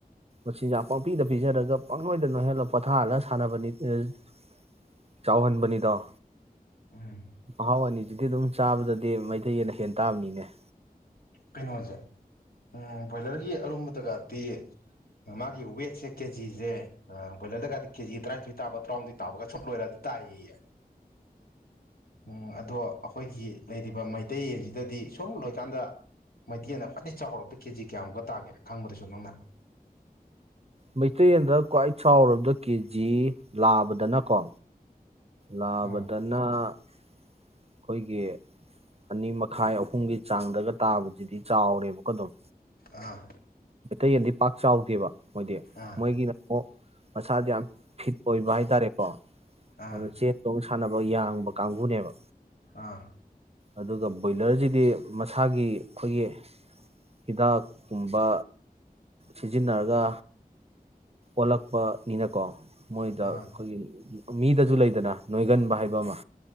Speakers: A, on the right; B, on the left.
A: ꯃꯆꯤꯟꯖꯥꯛ ꯄꯥꯄꯤꯗ ꯄꯤꯖꯔꯒ ꯄꯪꯂꯣꯏꯗꯅ ꯍꯦꯜꯂꯒ ꯄꯣꯊꯥꯍꯜꯂꯒ ꯁꯥꯟꯅꯕꯅꯤ ꯆꯥꯎꯍꯟꯕꯅꯤꯗꯣ
B: ꯎꯝ
A: ꯍꯥꯎꯋꯥꯅꯤ ꯍꯧꯖꯤꯛꯇꯤ ꯑꯗꯨꯝ ꯆꯥꯕꯗꯗꯤ ꯃꯩꯇꯩꯅ ꯍꯦꯟꯟꯅ ꯇꯥꯕꯅꯤꯅꯦ
B: ꯀꯩꯅꯣꯁꯦ ꯎꯝ ꯕꯣꯏꯂꯔꯒꯤ ꯑꯔꯨꯝꯕꯗꯒꯗꯤ ꯃꯥꯒꯤ ꯋꯦꯠꯁꯦ ꯀꯦꯖꯤꯁꯦ ꯕꯣꯏꯂꯔꯗꯒꯗꯤ ꯀꯦꯖꯤ ꯇꯔꯥꯅꯤꯊꯣꯏ ꯇꯥꯕ ꯇꯔꯥꯍꯨꯝꯗꯣꯏ ꯇꯥꯕꯒ ꯁ ꯂꯣꯏꯔ ꯑꯗꯨ ꯇꯥꯏꯌꯦꯌꯦ ꯎꯝ ꯑꯗꯣ ꯑꯩꯈꯣꯏꯒꯤ ꯂꯩꯔꯤꯕ ꯃꯩꯇꯩ ꯌꯦꯟꯁꯤꯗꯗꯤ ꯁꯨꯝ ꯂꯣꯏꯀꯥꯟꯗ ꯃꯩꯇꯩꯅ ꯈ꯭ꯋꯥꯏꯗꯒꯤ ꯆꯥꯎꯔꯕꯗ ꯀꯦꯖꯤ ꯀꯌꯥꯃꯨꯛꯀ ꯇꯥꯒꯦ ꯈꯪꯕꯗꯨꯁꯨ ꯅꯪꯅ
A: ꯃꯩꯇꯩꯗ ꯈ꯭ꯋꯥꯏ ꯆꯥꯎꯔꯕꯗ ꯀꯦ ꯖꯤ ꯂꯥꯕꯗꯅꯀꯣ ꯂꯥꯕꯗꯅ
B: ꯑꯥ
A: ꯑꯩꯈꯣꯏ ꯒꯤ ꯑꯅꯤ ꯃꯈꯥꯏ ꯑꯍꯨꯝꯒꯤ ꯆꯥꯡꯗꯒ ꯇꯥꯗꯨꯗꯤ ꯆꯥꯎꯔꯦꯕꯀ ꯑꯗꯨꯝ
B: ꯑꯥ
A: ꯃꯩꯇꯩ ꯌꯦꯟꯗꯤ ꯄꯥꯛ ꯆꯥꯎꯗꯦꯕ ꯗꯤ
B: ꯑꯥ
A: ꯃꯣꯏꯒꯤꯅ ꯃꯁꯥꯗ ꯌꯥꯝ ꯐꯤꯠ ꯑꯣꯏꯕ ꯍꯥꯏꯇꯥꯔꯦꯀꯣ
B: ꯑꯥ
A: ꯑꯗꯨ ꯆ ꯇꯧꯕ ꯁꯥꯟꯅꯕ ꯌꯥꯡꯕ ꯀꯥꯡꯕꯨꯅꯦꯕ
B: ꯑꯥ
A: ꯑꯗꯨꯒ ꯕꯣꯏꯂꯔꯁꯤꯗꯤ ꯃꯁꯥꯒꯤ ꯑꯩꯈꯣꯏꯒꯤ ꯍꯤꯗꯥꯛꯀꯨꯝꯕ ꯁꯤꯖꯤꯟꯅꯔꯒ ꯑꯣꯜꯂꯛꯄꯅꯤꯅꯀꯣ ꯃꯣꯏꯗ
B: ꯑꯥ
A: ꯑꯩꯈꯣꯏꯒꯤ ꯃꯤꯗꯁꯨ ꯂꯩꯗꯅ ꯅꯣꯏꯒꯟꯕ ꯍꯥꯏꯕ ꯑꯃ